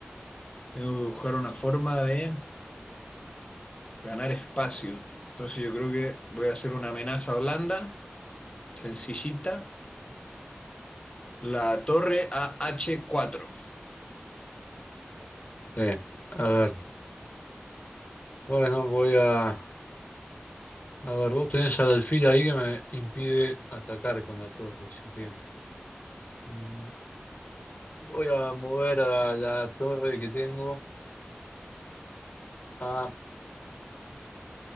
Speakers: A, on the left; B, on the left.
A: Tengo que buscar una forma de ganar espacio. Entonces yo creo que voy a hacer una amenaza blanda, sencillita. La torre a h cuatro.
B: Eh, a ver, bueno, voy a... A ver, vos tenés al alfil ahí que me impide atacar con la torre, así que... mm, voy a mover a la torre que tengo. A,